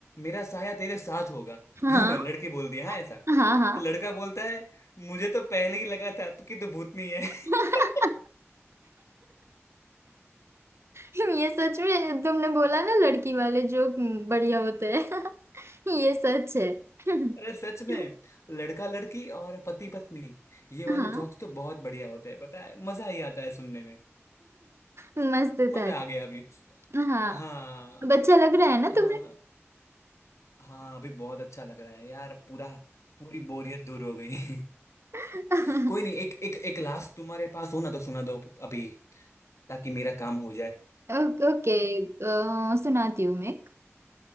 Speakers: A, on the left (about 80°); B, on the right (about 65°).
A: मेरा साया तेरे साथ होगा <laughs>
B: हाँ
A: लड़की बोलती है हाँ ऐसा
B: हाँ हाँ
A: तो लड़का बोलता है मुझे तो पहले ही लगा था तू कि तू भूतनी है
B: <laughs>
A: <laughs>
B: ये सच में तुमने बोला ना लड़की वाले जोक बढ़िया होते हैं <laughs> ये सच है <laughs>
A: अरे सच में लड़का लड़की और पति पत्नी ये वाले
B: हाँ
A: जोक्स तो बहुत बढ़िया होते हैं पता है मजा ही आता है सुनने
B: मस्त
A: मजा
B: था ये
A: आ गया अभी
B: हाँ
A: हाँ
B: अब अच्छा लग रहा है ना
A: हाँ
B: तुम्हें
A: हाँ अभी बहुत अच्छा लग रहा है यार पूरा पूरी बोरियत दूर हो गई <laughs>
B: <laughs>
A: कोई नहीं एक एक एक लास्ट तुम्हारे पास हो ना तो सुना दो अभी ताकि मेरा काम हो जाए
B: ओके ओके, अ, सुनाती हूँ मैं एक